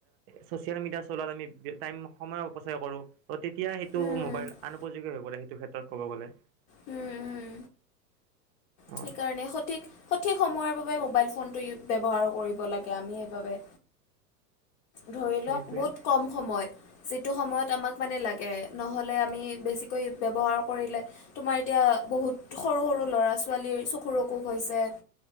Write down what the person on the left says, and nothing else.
উম
উম উম
সেইকাৰণে সঠিক সঠিক সময়ৰ বাবে মোবাইল ফোনটো ব্যৱহাৰ কৰিব লাগে আমি সেইবাবে ধৰি
লওক বহুত কম সময় যিটো সময়ত আমাক মানে লাগে নহলে আমি বেছিকৈ ব্যৱহাৰ কৰিলে তোমাৰ এতিয়া বহুত সৰু সৰু ল'ৰা ছোৱালীৰ চকুৰ অসুখ হৈছে